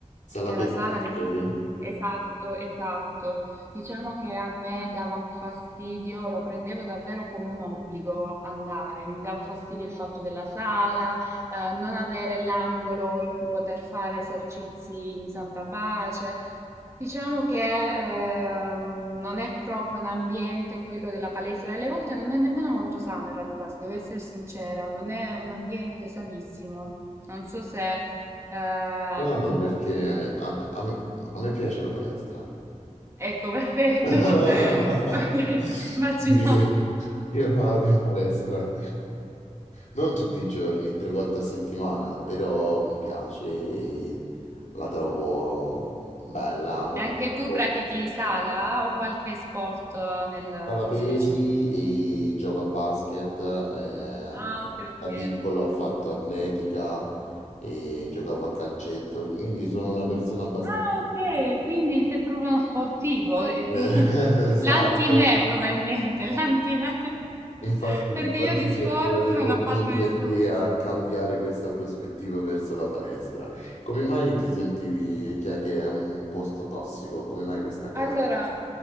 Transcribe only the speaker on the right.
Era
sala, nel-
esatto, esatto. Diciamo che a me dava un fastidio, lo prendevo davvero come un obbligo andare. Mi dava fastidio il fatto della sala, eh, non avere l'angolo in cui poter fare esercizi in santa pace. Diciamo che ehm, non è proprio un ambiente quello della palestra e alle volte non è nemmeno molto sano in realtà, se devo essere sincera, non è un ambiente sanissimo. Non so se... ehm,
Ecco, perfetto.
<laughs> Ok, immagino.
E anche tu
pratichi sala o qualche sport eh, nel
specifico?
Ah, ok, ok.
Ah, ok, quindi sei proprio uno sportivo. eh, di-
<laughs>
L'anti-me probabilmente, l'anti-me. <laughs>
Perché
io di sport
non
ho fatto nessuno.
Allora,